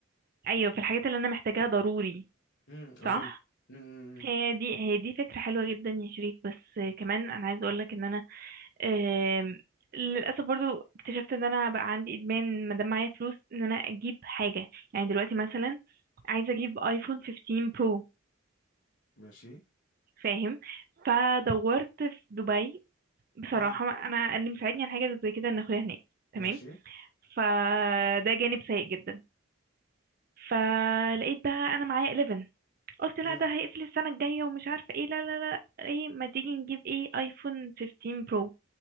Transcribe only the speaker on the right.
أيوة في الحاجات اللي أنا محتاجاها ضروري
صح
هي دي هي دي فكرة حلوة جدا يا شريف بس كمان أنا عايزة أقولك إن أنا آم، للاسف برضو اكتشفت ان انا بقى عندي ادمان ما دام معايا فلوس ان انا اجيب حاجه يعني دلوقتي مثلا عايزه اجيب ايفون 15 برو
فاهم فدورت في دبي بصراحه
ما- انا اللي مساعدني على حاجه زي كده ان اخويا هناك تمام
فده جانب سيء جدا فلقيت بقى انا معايا 11 قلت لا
ده هيقفل السنه الجايه ومش عارفه ايه لا لا لا ايه ما تيجي نجيب ايه ايفون 15 برو